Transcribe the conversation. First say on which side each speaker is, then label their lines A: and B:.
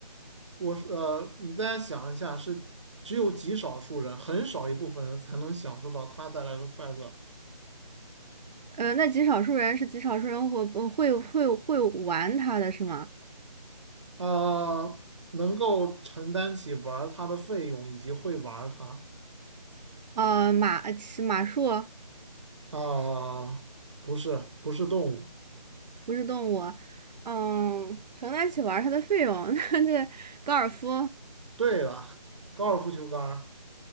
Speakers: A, on the right; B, on the right.
A: 我是呃，你再想一下，是只有极少数人，很少一部分人才能享受到它带来的快乐，
B: 呃，那极少数人是极少数人会呃会会会玩它的是吗？
A: 呃，能够承担起玩儿它的费用以及会玩儿它。
B: 呃，马呃骑马术。
A: 啊，不是，不是动物。
B: 不是动物，嗯，承担起玩儿它的费用。<laughs> 那这高尔夫，
A: 对了，高尔夫球杆儿